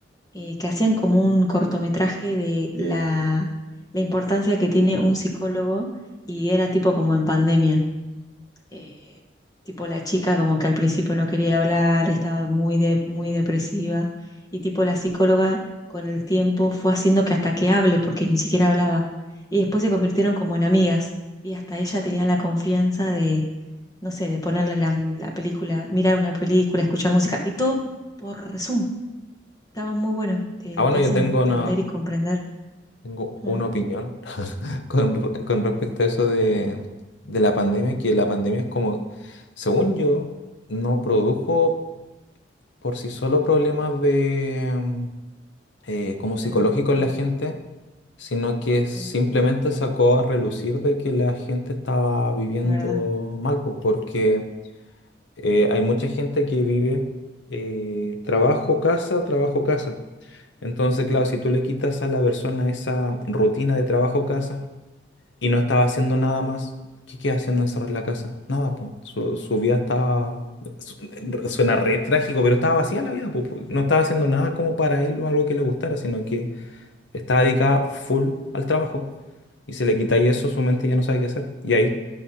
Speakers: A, on the left; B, on the left.
A: eh, que hacían como un cortometraje de la, la importancia que tiene un psicólogo y era tipo como en pandemia. Eh, tipo la chica como que al principio no quería hablar, estaba muy, de, muy depresiva y tipo la psicóloga con el tiempo fue haciendo que hasta que hable porque ni siquiera hablaba. Y después se convirtieron como en amigas y hasta ella tenía la confianza no sé, de ponerle la, la película, mirar una película, escuchar música, y todo por Zoom. Estaba muy bueno, te,
B: Ah, bueno,
A: te hace
B: yo tengo
A: entender
B: una,
A: y comprender.
B: Tengo
A: Mm.
B: una opinión <laughs> con, re- con respecto a eso de, de la pandemia, que la pandemia es como, según yo, no produjo por sí solo problemas de mm, eh, como
A: Salud
B: psicológicos
A: mental.
B: en la gente, sino que simplemente
A: Mm.
B: sacó a relucir de que la gente estaba viviendo
A: Es verdad,
B: mal, pues, porque eh, hay mucha gente que vive eh, trabajo, casa, trabajo, casa. Entonces, claro, si tú le quitas a la persona esa rutina de trabajo, casa, Y no estaba haciendo nada más. ¿Qué queda haciendo encerrado en la casa? Nada, pues. Su, su vida estaba. su- Suena re trágico, pero estaba vacía la vida, po, po. No estaba haciendo nada como para él o algo que le gustara, sino que estaba dedicada full al trabajo. Y se le quita y eso, su mente ya no sabe qué hacer. Y ahí